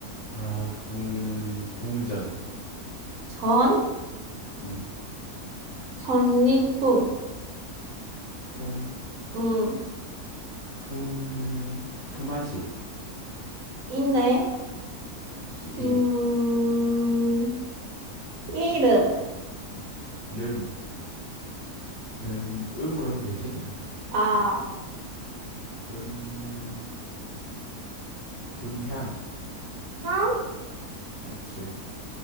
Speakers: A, on the left; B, on the right.
A: 아, 궁, 궁전.
B: 전,
A: 음.
B: 전리품,
A: 품,
B: 음,
A: 품, 품앗이.
B: 있네.
A: 그치, 이.
B: 음, 이름,
A: 름, 름, 음으로 해도 되지?
B: 아,
A: 음, 음향.
B: 향?
A: 그렇지.